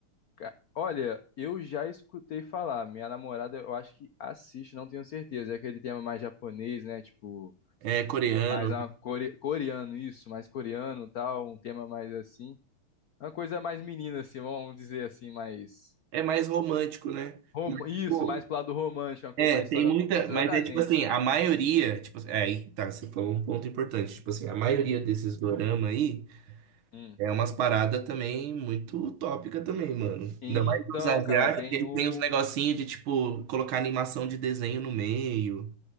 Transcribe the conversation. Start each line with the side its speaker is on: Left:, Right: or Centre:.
Left: Ca- Olha, eu já escutei falar. Minha namorada, eu acho que assiste, não tenho certeza. É aquele tema mais japonês, né? Tipo,
Right: É coreano.
Left: mais a core- coreano, isso, mais coreano, tal, um tema mais assim. Uma coisa mais menina, assim, vamos dizer assim, mais.
Right: É mais romântico, né?
Left: rom-
Right: Mas,
Left: Isso,
Right: tipo,
Left: mais pro lado romântico, uma coisa,
Right: é,
Left: uma história.
Right: tem muita.
Left: Isso,
Right: Mas
Left: exatamente.
Right: é tipo assim, a maioria. Tipo, é, aí tá, você falou um ponto importante. Tipo assim, a maioria desses dorama aí
Left: Hum.
Right: é umas paradas também muito utópica também, mano.
Left: Então,
Right: Ainda mais os asiáticos,
Left: cara, tem
Right: eles
Left: o.
Right: têm uns negocinhos de, tipo, colocar animação de desenho no meio.